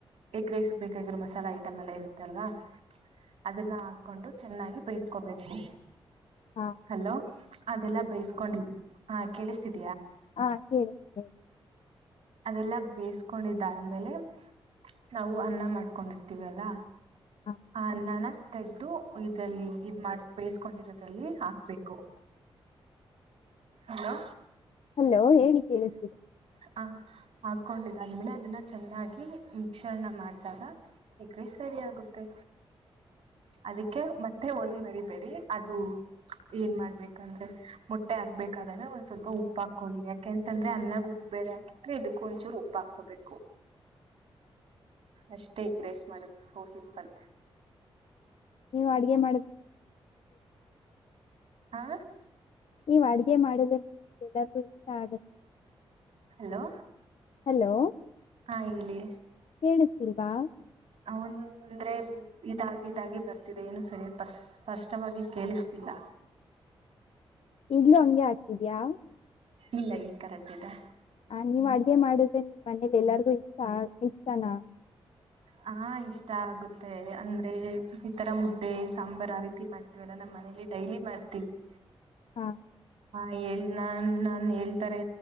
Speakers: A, on the right; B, on the left.
A: ಎಗ್ ರೈಸ್ ಬೇಕಾಗಿರೋ ಮಸಾಲಾ ಐಟಮ್ ಎಲ್ಲ ಇರುತ್ತಲ್ವಾ ಅದನ್ನ ಹಾಕೊಂಡು ಚೆನ್ನಾಗಿ ಬೇಯಸ್ಕೋಬೇಕು
B: ಹಾಂ
A: ಹಲೋ ಅದೆಲ್ಲ ಬಯಸ್ಕೊಂಡಿದ್ ಹ ಕೇಳಿಸ್ತಿದ
B: ಹಾ ಕೇಳಿ ಹೇಳಿಿ
A: ಅದೆಲ್ಲ ಬೇಯಿಸಕೊಂಡಿದ್ದಾದ್ಮೇಲೆ ನಾವು ಅನ್ನ ಮಾಡ್ಕೊಂಡಿರ್ತೀವಿ ಅಲ್ಲ
B: ಹಾ
A: ಹ ನನ ತೆೆಗೆಗ್ದದು ಇದಲ್ಲಿ ಇದ ಮಾಡ ಬೇಯಿಸಕೊಂಡಿರೋಲ್ಲಿ ಹಾಕ್ಬೇಕು ಹಲೋ
B: ಹಲೋ ಹೇಳಿ ಕೇಳತೀರಿ
A: ಹ ಹಾಕೊಂಡಿದಾದ್ಮೇಲೆ ಅದನ್ನ ಚೆನ್ನಾಗಿ ಮಿಕ್ಸರ್ನ ಮಾಡಿದಾಗ ಎಗ್ರೆಸ್ ರೆಡಿ ಆಗುತ್ತೆ ಅದಕ್ಕೆ ಮತ್ತೆ ಒಂದ್ ಮರಿಬೇಡಿ ಅದು ಏನ್ ಮಾಡ್ಬೇಕಂದ್ರೆ ಮೊಟ್ಟೆ ಹಾಕ್ಬೇಕಾದಾದ್ರೆ ಒಂದ್ ಸ್ವಲ್ಪ ಉಪ್ಪ ಹಾಕೊಳ್ಳಿಾ. ಯಾಕೆಂತಂದ್ರೆ ಅನ್ನಾಗ ಉಪ್ಪು ಬೇರೆ ಹಾಕಿದ್ರೆ ಇದಕ್ಕೂ ಒಂಚೂರು ಉಪ್ಪು ಹಾಕೋಬೇಕು ಅಷ್ಟೇ ಈ ರೈಸ್ ಮಾಡದು ಸೋ ಸಿಂಪಲ್
B: ನೀವು ಅಡ್ಗೆ ಮಾಡಬೇಕ
A: ಹಾ
B: ಈ ಅಡ್ಗೆ ಮಾಡುದ್ರೆ ನಮಗೆ ಎಲ್ಲಾರೂ ಇಷ್ಟ ಆಗುತ್ತ
A: ಹಲೋ
B: ಹಲೋ
A: ಹಾ ಇಲ್ಲಿ
B: ಿಸ್ತಿಲ್ವಾ
A: ಅವಂದ್ರೆ ಇದಾಗಿ ಇದಾಗಿ ಬರ್ತಿದೆ ಏನು ಸರಿಯ ಸ್ಪಷ್ಟವಾಗಿ ಕೇಳಿಸ್ತಿಲ್ಲ
B: ಈಗ್ಲೂ ಒನ್್ಗೆ ಹತಿದ್ಯಾಾ
A: ಇಲ್ಲ ಈಗ ಕರೆಕ್ಟ್ದೆ
B: ಹಾ ನೀವ್ ಅಡ್ಗೆ ಮಾಡುದೆ ನೀ ಮನೇಲಿ ಎಲ್ಲಾರ್ಗು ಇಷ್ಟ ಇತನಾ
A: ಹಾ ಇಷ್ಟ ಆಗುತ್ತೆ ಅಂದ್ರೆ ಈತರ ಮುದ್ದೆ ಸಾಂಬಾರ್ ಆ ರೀತಿ ಮಾಡ್ತೀವಲ್ಲ ನಮ್ಮ್ ಮನೇಲಿ ಡೈಲಿ ಮಾಡ್ತೀವಿ
B: ಹಾ
A: ಹಾ ಹಳ್ ನಾನ್ ನಾನ್ ಹೇಳ್ತಾರೆ